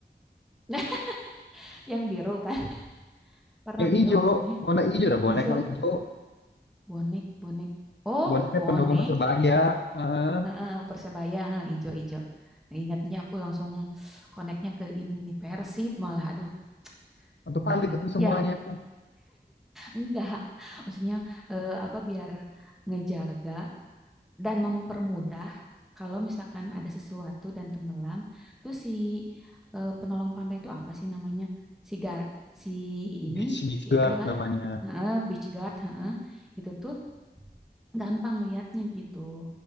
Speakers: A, in the centre; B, on the left.
A: Nah, <laughs> yang biru kan, warna
B: Eh
A: biru
B: hijau,
A: maksudnya,
B: warna hijau dah bonek
A: ijo,
B: mah hijau.
A: bonek bonek. Oh,
B: Boneknya
A: bonek?
B: pendukung Persebaya, eh
A: Heeh, Persebaya, heeh, ijo-ijo. Ingatnya aku langsung koneknya ke ini nih, Persib malah aduh
B: untuk
A: enggak
B: palit
A: enggak.
B: itu semuanya
A: Ya,
B: tuh.
A: enggak. Maksudnya eh, apa biar ngejaga dan mempermudah kalau misalkan ada sesuatu dan tenggelam, tuh si eh, penolong pantai itu apa sih namanya? Si gar si ini,
B: Beach Beach
A: si
B: Guard
A: itulah,
B: namanya.
A: heeh, beach guard, heeh. Itu tuh gampang liatnya gitu.